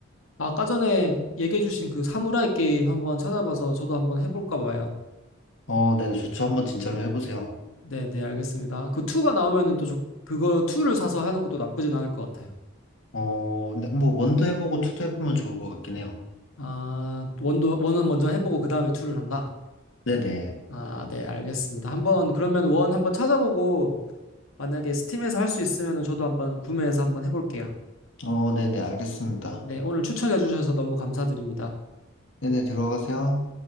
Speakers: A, on the left; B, on the left.
A: 아까 전에 얘기해주신 그 사무라이 게임 한번 찾아봐서 저도 한번 해볼까 봐요.
B: 어, 네, 좋죠. 한번 진짜로 해보세요.
A: 네, 네, 알겠습니다. 그 2가 나오면은 또 좋- 그거 2를 사서 하는 것도 나쁘진 않을 것 같아요.
B: 어, 근데 뭐 원도 해보고 투도 해보면 좋을 것 같긴 해요.
A: 아, 원도, 원은 먼저 해보고 그 다음에 투를 한다.
B: 네네.
A: 아, 네, 알겠습니다. 한번, 그러면 원 한번 찾아보고 만약에 스팀에서 할 수 있으면 저도 한번 구매해서 한번 해볼게요.
B: 어, 네네, 알겠습니다.
A: 네, 오늘 추천해 주셔서 너무 감사드립니다.
B: 네네, 들어가세요.